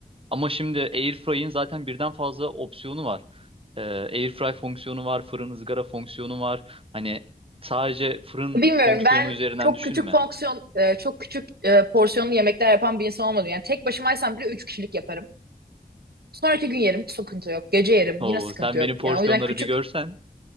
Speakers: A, on the right; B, on the right.
A: Ama şimdi Airfry'in zaten birden fazla opsiyonu var. Ee, Airfry fonksiyonu var, fırın ızgara fonksiyonu var. Hani sadece fırın
B: Bilmiyorum
A: fonksiyonu
B: ben
A: üzerinden
B: çok
A: düşünme.
B: küçük fonksiyon e, çok küçük e, porsiyonlu yemekler yapan bir insan olmadım. Yani tek başımaysam bile üç kişilik yaparım. Sonraki gün yerim hiç sıkıntı yok. Gece yerim
A: Oo,
B: yine sıkıntı
A: sen
B: yok.
A: benim porsiyonları
B: Yani o yüzden küçük
A: bir görsen.